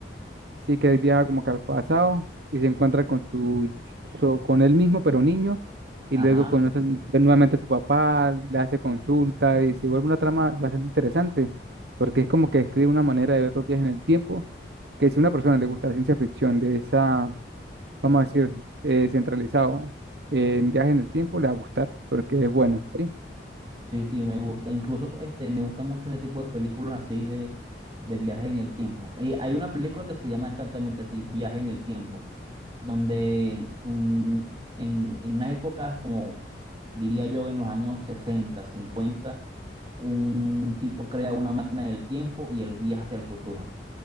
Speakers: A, on the right; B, on the right.
A: Sí, que él viaja como que al pasado y se encuentra con su, su- con él mismo, pero niño, y
B: Ajá.
A: luego conoce nuevamente a su papá, le hace consulta y se vuelve una trama bastante interesante, porque es como que describe una manera de ver los viajes en el tiempo, que si a una persona le gusta la ciencia ficción de esa, vamos a decir, eh, centralizado eh, en viajes en el tiempo, le va a gustar, porque es buena, ¿sí?
B: Sí, sí, me gusta. Incluso este, me gusta mucho este tipo de películas así de, de viaje en el tiempo. Eh, hay una película que se llama exactamente así, Viaje en el tiempo, donde un- en, en unas épocas como diría yo en los años 60, 50, un tipo crea una máquina del tiempo y él viaja hacia el futuro.